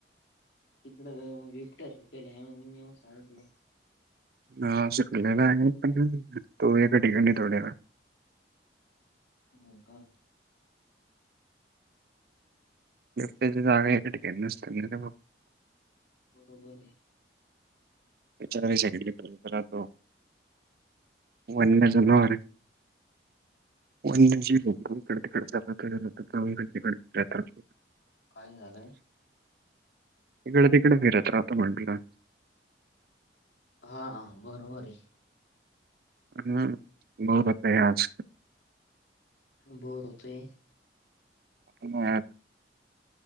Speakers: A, on the left (about 70°); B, on the right (about 50°).
A: इकड बिबट्या सुटेल आहे म्हणजे मी असा इकडे <unintelligible>
B: हा सुटलेला आहे पण तो एका ठिकाणी थोड्या न राहतो.
A: हो का.
B: बिबट्या ची जागा एका ठिकाणी नसते.
A: बरोबर आहे.
B: विचारी सकडलीरातो <unintelligible> वन्य
A: हा
B: जनावर आहे. वी इकडे तिकड च तडे <unintelligible>
A: काही झालंय.
B: इकडं तिकडे फिरत राहत म्हंटलं.
A: हा बरोबर आहे.
B: हम्म बते आहे आज <unintelligible>
A: बोर होतंय.
B: म आज